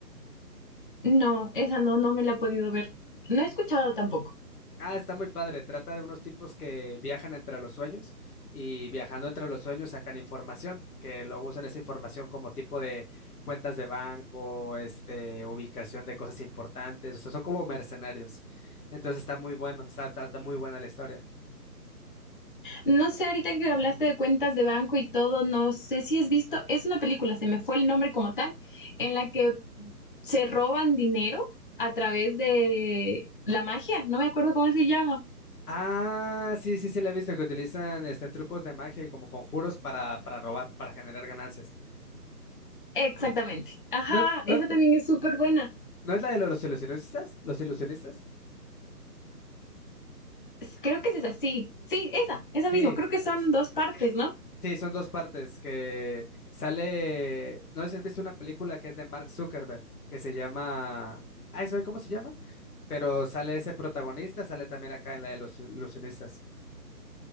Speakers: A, on the left; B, on the left.
A: No, esa no, no me la he podido ver. No he escuchado tampoco.
B: Ah, está muy padre, trata de unos tipos que viajan entre los sueños y viajando entre los sueños sacan información, que luego usan esa información como tipo de cuentas de banco, este, ubicación de cosas importantes, o sea, son como mercenarios. Entonces está muy bueno, está, está está muy buena la historia.
A: No sé, ahorita que hablaste de cuentas de banco y todo, no sé si has visto, es una película, se me fue el nombre como tal, en la que se roban dinero a través de la magia, no me acuerdo cómo se llama.
B: Ah, sí, sí, sí, la he visto que utilizan este, trucos de magia y como conjuros para, para robar, para generar ganancias.
A: Exactamente. Ajá,
B: ¿No, no,
A: esa también es súper buena.
B: no es la de los ilusionistas? ¿Los ilusionistas?
A: Creo que es esa, sí. Sí, esa, esa
B: Sí,
A: mismo. Creo que son dos partes, ¿no?
B: sí, son dos partes que sale. No sé si has visto una película que es de Mark Zuckerberg que se llama. Ay, ¿sabe cómo se llama? Pero sale ese protagonista, sale también acá en la de los ilusionistas.